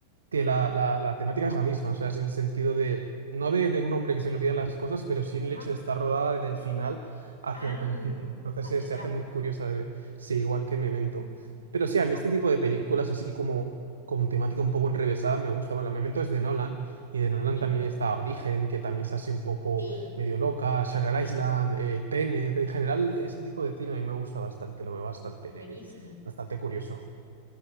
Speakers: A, on the right; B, on the right.
A: que la, la- la temática
B: No.
A: es la misma, o sea, es en el sentido de, no de, de un hombre que se le olvidan las cosas, pero sí en el
B: Ajá.
A: hecho de estar rodada del final hacia
B: Ah,
A: el principio. Entonces
B: hacia
A: eh, se
B: atrás.
A: hace muy curiosa de ver, sí, igual que Memento.
B: Mm.
A: Pero sí, a mí
B: No,
A: este tipo de películas así como con temática un poco enrevesada me gusta. Bueno, Memento es de Nolan y de Nolan
B: sí,
A: también está Origen, que también es así un poco
B: sí,
A: medio loca, Shutter
B: sí.
A: Island, eh, Tenet, en general ese tipo de cine a mí me gusta bastante, lo veo bastante,
B: Buenísimo.
A: bastante curioso.